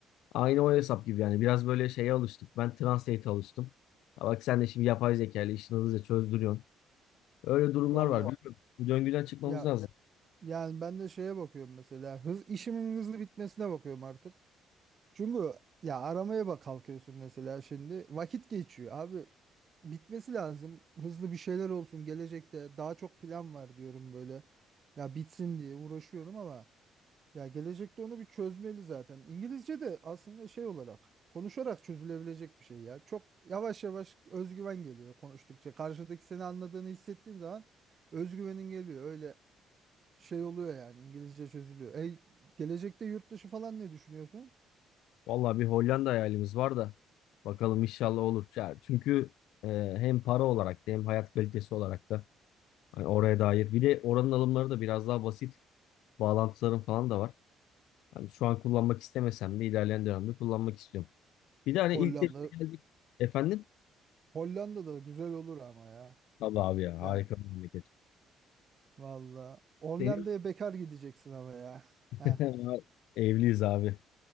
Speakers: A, on the left; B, on the right.
A: Aynı o hesap gibi yani. Biraz böyle şeye alıştık. Ben Translate'e alıştım. Ha bak sen de şimdi yapay zeka ile işini hızlıca çözdürüyorsun. Öyle durumlar
B: valla
A: var. Bilmiyorum. Bu döngüden çıkmamız
B: ya
A: lazım.
B: yani ben de şeye bakıyorum mesela hız işimin hızlı bitmesine bakıyorum artık. Çünkü ya aramaya bak kalkıyorsun mesela şimdi vakit geçiyor abi bitmesi lazım hızlı bir şeyler olsun gelecekte daha çok plan var diyorum böyle ya bitsin diye uğraşıyorum ama Ya gelecekte onu bir çözmeli zaten. İngilizce de aslında şey olarak konuşarak çözülebilecek bir şey ya. Çok yavaş yavaş özgüven geliyor konuştukça. Karşıdaki seni anladığını hissettiğin zaman özgüvenin geliyor. Öyle şey oluyor yani İngilizce çözülüyor. Ey gelecekte yurt dışı falan ne düşünüyorsun?
A: Vallahi bir Hollanda hayalimiz var da. Bakalım inşallah olur. Ya çünkü e, hem para olarak da hem hayat kalitesi olarak da Hani oraya dair. Bir de oranın alımları da biraz daha basit. Bağlantıların falan da var. Hani şu an kullanmak istemesem de ilerleyen dönemde kullanmak istiyorum. Bir de hani
B: Hollanda.
A: ilk defa geldik. Efendim?
B: Hollanda da güzel olur ama ya.
A: Tabii abi ya harika
B: Ya
A: bir memleket.
B: valla. Hollanda'ya
A: Senin
B: bekar gideceksin ama ya.
A: <laughs>
B: Heh.
A: evliyiz abi.